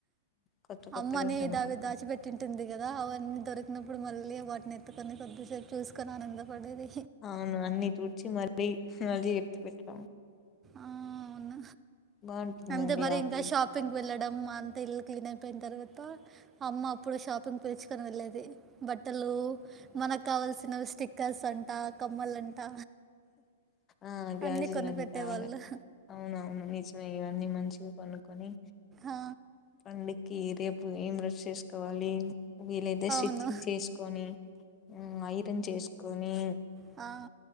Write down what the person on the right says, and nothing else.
అమ్మనే
దావి దాచిపెట్టు ఉంటుంది కదా అవన్నీ దొరికినప్పుడు మళ్ళీ వాటిని అందుకని కొద్దిసేపు చూసుకొని ఆనందపడేది
ఆ అవున
అంతే మరి
ఇంకా
షాపింగ్కి వెళ్ళడం మా అంత ఇల్లు క్లీన్ అయిపోయిన తర్వాత అమ్మ అప్పుడు షాపింగ్ పిలుచుకొని వెళ్లేేది బట్టలు మనకు కావల్సినవి స్టిక్కర్స్ అంట కమ్మలం ట
అన్ని కొనిపెట్టేవాళ్ళు
ఆ,
అవును
ఆ